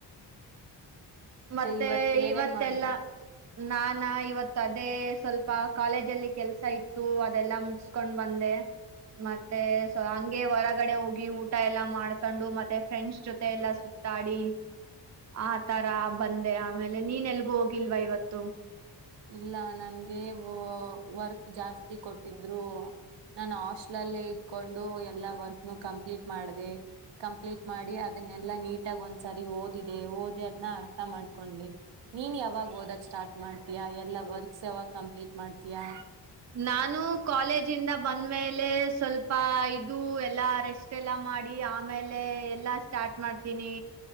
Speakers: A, on the right; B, on the right.
A: ಮತ್ತೆ
B: ಇವತ್ ಏನೇನ್
A: ಇವತ್ತೆಲ್ಲಾ
B: ಮಾಡ್ದೆ
A: ನಾನ ಇವತ್ ಅದೇ ಸ್ವಲ್ಪ ಕಾಲೇಜ ಅಲ್ಲಿ ಕೆಲ್ಸ ಇತ್ತು ಅದೆಲ್ಲಾ ಮುಟ್ಸ್ಕೊಂಡ್ ಬಂದೆ ಹ ಮತ್ತೆ ಸ ಹಂಗೆ ಹೊರಗಡೆ ಹೋಗಿ ಊಟ ಎಲ್ಲಾ ಮಾಡ್ಕೊಂಡು ಮತ್ತೆ ಫ್ರೆಂಡ್ಸ್ ಜೊತೆ ಎಲ್ಲ ಸ ತಾಡಿ ಆ ತಾರ ಬಂದೆ ಆಮೇಲೆ ನೀನ್ ಎಲ್ಗೂ ಹೋಗಿಲ್ವಾ ಇವತ್ತು
B: ಇಲ್ಲ ನನ್ಗೆ ವ ವರ್ಕ್ ಜಾಸ್ತಿ ಕೊಟ್ಟಿದ್ರು ನಾನ ಹಾಸ್ಟೆಲ್ಲ್ಲೇ ಇದಕೊಂಡು ಎಲ್ಲಾ ವರ್ಕ್ನು ಕಂಪ್ಲೀಟ್ ಮಾಡಿದೆ ಕಂಪ್ಲೀಟ್ ಮಾಡಿ ಅದನ್ನೆಲ್ಲಾ ನೀಟಾಗಿ ಒಂದ್ಸರಿ ಓದಿದೆ ಓದಿ ಅದನ್ನ ಅರ್ಥ ಮಾಡ್ಕೊಂಡಿ ನೀನ್ ಯಾವಾಗ ಓದಕ್ ಸ್ಟಾರ್ಟ್ ಮಾಡ್ತೀಯಾ ಎಲ್ಲಾ ವರ್ಕ್ಸ್ ಯಾವಾಗ ಕಂಪ್ಲೀಟ್ ಮಾಡ್ತೀಯಾ
A: ನಾನು ಕಾಲೇಜ ಇದ ಬಂದ್ಮೇಲೆ ಸ್ವಲ್ಪ ಇದು ಎಲ್ಲಾ ರೆಸ್ಟ್ ಎಲ್ಲ ಮಾಡ ಆಮೇಲೆ ಎಲ್ಲಾ ಸ್ಟಾರ್ಟ್ ಮಾಡ್ತೀನಿ